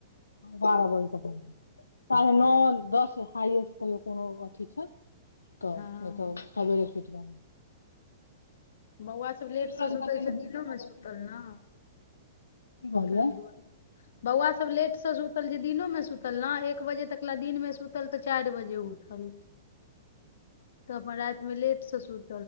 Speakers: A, on the left; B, on the left.
A: बारह बजे तक साढ़े नौ दस हाइस्ट कहियो कोनो अथी छै तऽ
B: हँ
A: एतय सबेरे सुति रहल
B: बौआ सभ लेटसँ
A: रंग
B: सुतै
A: के अकेले
B: छै
A: भूत
B: दिनोमे
A: जकाँ बैसल
B: सुतल
A: चैल
B: न
A: गेलै की कहलियै
B: तै दुआरे बौआ सब लेट से सुत सुतल जे दिनोमे सुतल न एक बजे तक दिनमे सुतल तऽ चारि बजे उठल तऽ अपन रातिमे लेट ससुर